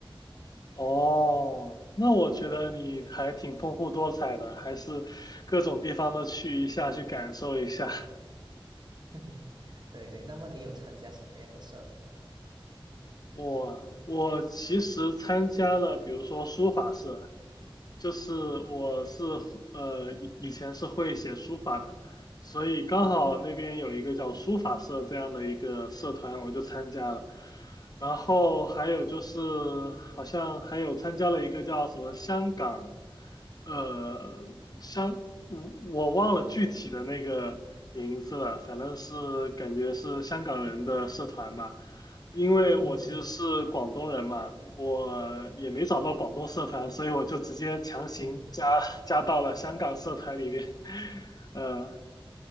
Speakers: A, on the left; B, on the right.
A: 哦，那我觉得你还挺丰富多彩的，还是各种地方都去一下，去感受一下。
B: <laughs> 对对，那么你有参加什么样的社团吗？
A: 我我其实参加了，比如说书法社，就是我是呃以以前是会写书法的，所以刚好那边有一个叫书法社这样的一个社团，我就参加了。然后还有就是好像还有参加了一个叫什么香港，呃香我我忘了具体的那个名字了，反正是感觉是香港人的社团吧。因为我其实是广东人嘛，
B: 嗯，
A: 我也没找到广东社团，所以我就直接强行加加到了香港社团里面。
B: <laughs>
A: <laughs> 呃